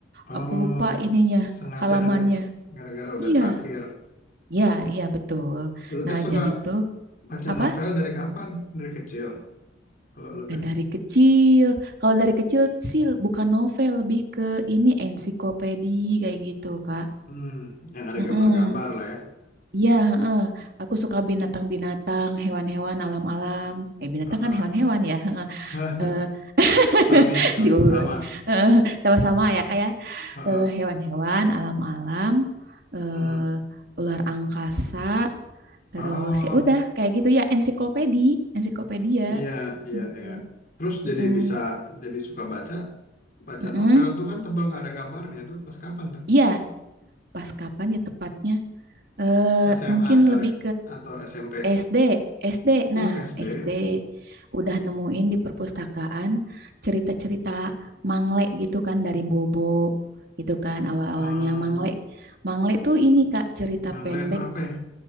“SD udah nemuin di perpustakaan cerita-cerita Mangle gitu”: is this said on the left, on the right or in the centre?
Right